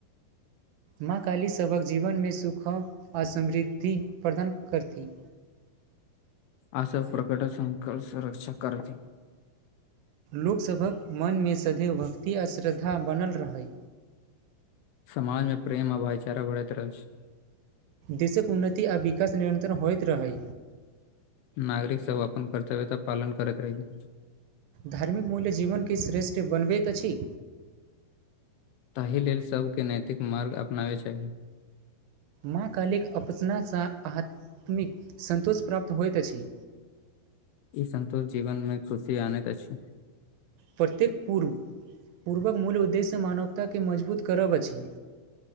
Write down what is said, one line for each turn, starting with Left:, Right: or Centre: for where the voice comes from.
Right: माँ काली सभक जीवन मे सुख आ समृद्धि प्रदान करथिन
Left: अ प्रकट संकल्प र्षा <unintelligible> करथि
Right: लोक सभक मन मे सधैव भक्ति आ श्रद्धा बनल रहै
Left: समाज मे प्रेम आ भाईचारा बढ़ति रहै छै
Right: देशक उन्नति आ विकास नियन्त्रण होइत रहै
Left: नागरिक सब अपन कर्तव्य त पालन करति रहहि
Right: धार्मिक मूल्य जीवन के श्रेष्ठ बनबति अछि
Left: ताहि लेल सभके नैतिक मार्ग अपनावै चाही
Right: माँ कालिक अपसनासँ आत्मिक सन्तोष प्राप्त होइत अछि
Left: ई संन्तोष जीवन मे खुशी आनति अछि
Right: प्रत्येक पूर्व पूर्वक मूल उद्देश्य मानवताके मजबूत करब अछि